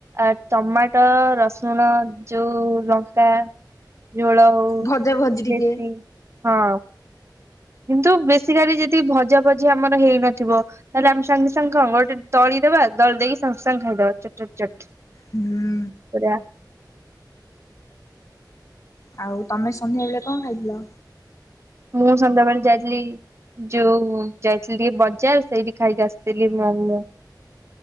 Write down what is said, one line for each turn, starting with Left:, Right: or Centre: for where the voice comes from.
Right: ଆ ଟମାଟୋ ରସୁଣ ଯୋଉ ଲଙ୍କା ଝୋଳ ହଉ ଭୋଭତୁ
Left: ଭଜା ଭଜି ଟିକେ
Right: ସେତିକି ହଁ। କିନ୍ତୁ ବେଶୀିକାଲି ଯଦ ଭଜା ଭଜି ଆମର ହେଇନଥିବ ତାହେଲେ ଆମେ ସାଙ୍ଗେ ସାଙ୍ଗେ କଣ ଗୋଟେ ଦଳିଦବା ଦଳି ଦେଇକି ସାଙ୍ଗେ ସାଙ୍ଗେ ଖାଇଦବାଟଟ
Left: ହୁଁ।
Right: ପୁରା।
Left: ଆଉ ତମେ ସନ୍ଧ୍ୟା ବେଳେ କଣ ଖାଇଥିଲ?
Right: ମୁଁ ସନ୍ଧ୍ୟାବେଳେ ଯାଇଥିଲି ଯୋଉ ଯାଇଥିଲି ଟିକେ ବଜାର ସେଇଠି ଖାଇକିଆ ନଥିଲି ମୋମେ